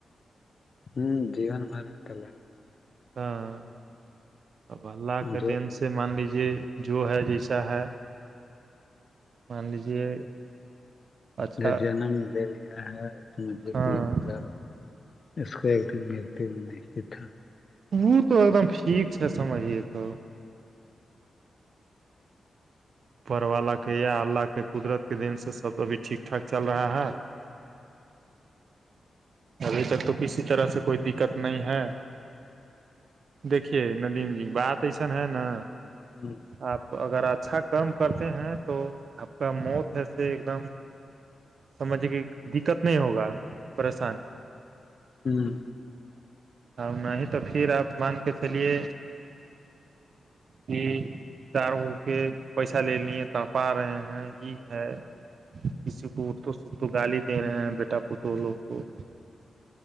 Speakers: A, on the left (about 45°); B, on the right (about 60°).
A: ہوں جین مارت ل <unintelligible>
B: ہاں اب اللہ کے
A: جو
B: دین سے مان لیجے جو ہے جیسا ہے مان لیجیے اچھا
A: جو جنم دیا ہے سمجھ لے
B: ہاں
A: کہ مطلب اس کو ایک دن مت نہیں سے تھا
B: وہ تو ایک دم ٹھیک ہے سمجھیے تو پر والا کے یا اللہ کے قدرت کے دین سے سب ابھی ٹھیک ٹھاک چل رہا ہے ابھی تک تو کسی طرح سے کوئی دقت نہیں ہے دیکھیے ندیم جی بات ایسن ہے نا
A: ہوں
B: آپ اگر اچھا کام کرتے ہیں تو آپ کا موت ہےس ایک دم سمجھے کہ دقت نہیں ہوگا پریشانی
A: ہوں
B: اب نہیں ہی تو پھر آپ مان کے چلیے ہی <unintelligible> چار گ کے پیسہ لے لیے پاپا ا رہے ہیں یہ ہے کسی کو اٹ تو سکھ تو گالی دے رہے ہیں بیٹا پت لوگ کو